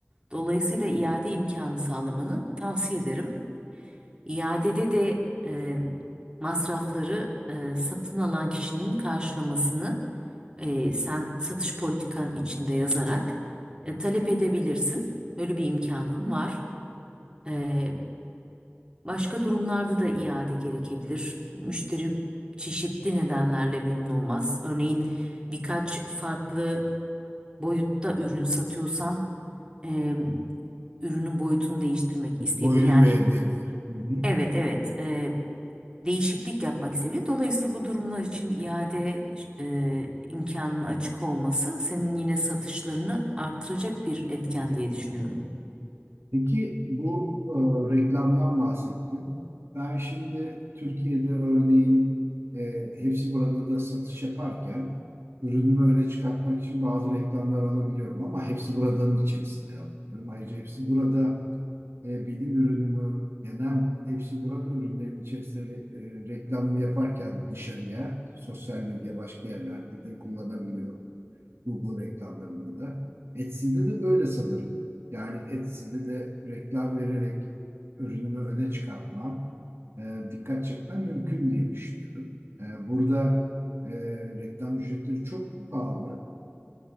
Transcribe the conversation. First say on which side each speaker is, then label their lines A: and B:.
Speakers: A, on the right; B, on the right.
A: Dolayısıyla iade imkanı sağlamanı tavsiye ederim. İadede de e, masrafları e, satın alan kişinin karşılamasını e, sen satış politikan içinde yazarak e, talep edebilirsin. Böyle bir imkanın var. E, Başka durumlarda da iade gerekebilir. Müşteri çeşitli nedenlerle memnun olmaz. Örneğin birkaç farklı boyutta ürün satıyorsan e, ürünün boyutunu değiştirmek isteyebilir.
B: Boyunu
A: Yani
B: beğenmeyebilir. Hı hı.
A: evet evet e, değişiklik yapmak isteyebilir. Dolayısıyla bu durumlar için iade e, imkanının açık olması senin yine satışlarını artıracak bir etken diye düşünüyorum.
B: Peki bu e, reklamdan bahsettin. Ben şimdi Türkiye'de örneğin e, hepsi burada da satış yaparken ürünümü öne çıkartmak için bazı reklamlar alabiliyorum ama hepsi buradanın içerisinde alabiliyorum. Ayrıca hepsi burada e, benim ürünümü genel hepsi burada ürünlerin içerisinde re- e, reklamını yaparken dışarıya sosyal medya başka yerlerde de kullanabiliyor. Google reklamlarında da. Etsy'de de böyle sanırım. Yani Etsy'de de reklam vererek ürünümü öne çıkartmam, e, dikkat çekmem mümkün diye düşünüyorum. E, burada e, reklam ücretleri çok pahalı.